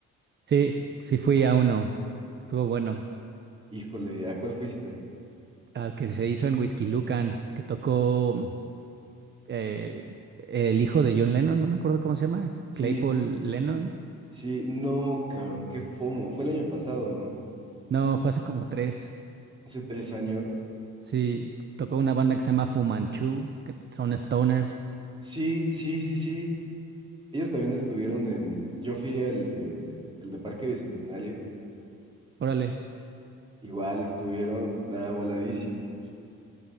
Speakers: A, on the right; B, on the right.
A: Sí, sí fui a uno. Estuvo bueno.
B: Híjole, ¿a cuál fuiste?
A: Al que se hizo en Whiskey Lucan, que tocó mm, eh, el hijo de John Lennon, no me acuerdo cómo se llama,
B: Sí,
A: Claypool Lennon.
B: sí, no, cabrón, qué fomo. Fue el año pasado, ¿no?
A: No, fue hace como tres.
B: Hace tres años.
A: Sí, tocó una banda que se llama Fu Manchu, que son stoners.
B: Sí, sí, sí, sí. Ellos también estuvieron en. Yo fui al de el de Parque Bicentenario.
A: Órale,
B: Igual estuvieron nada voladísimos.